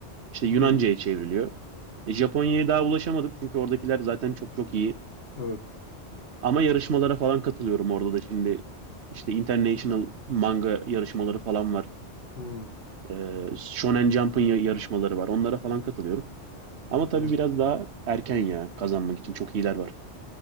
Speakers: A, on the right; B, on the left.
A: İşte Yunanca'ya
B: Hmm,
A: çevriliyor. E, Japonya'ya daha ulaşamadık çünkü oradakiler zaten çok çok iyi.
B: evet.
A: Ama yarışmalara falan katılıyorum orada da şimdi. İşte International manga yarışmaları falan var.
B: Hmm,
A: Ee, Shonen Jump'ın ya- yarışmaları var. Onlara falan katılıyorum. Ama tabii
B: hmm.
A: biraz daha erken ya kazanmak için çok iyiler var.